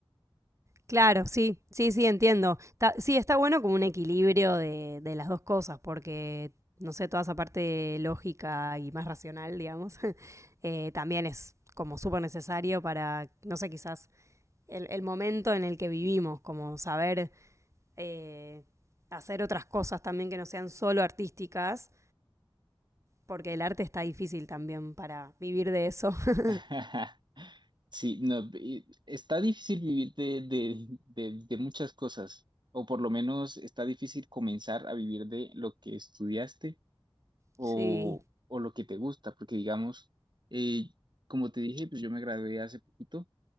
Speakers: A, on the right; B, on the right.
A: Claro, sí, sí, sí, entiendo. Ta- sí, está bueno como un equilibrio de, de las dos cosas, porque, no sé, toda esa parte lógica y más racional, digamos, <laughs> eh, también es como súper necesario para, no sé, quizás el, el momento en el que vivimos, como saber eh, hacer otras cosas también que no sean solo artísticas, porque el arte está difícil también para vivir de eso. <laughs>
B: <laughs> Sí, no, eh, está difícil vivir de, de, de, de muchas cosas, o por lo menos está difícil comenzar a vivir de lo que estudiaste o,
A: sí,
B: o lo que te gusta, porque digamos, eh, como te dije, pues yo me gradué hace poquito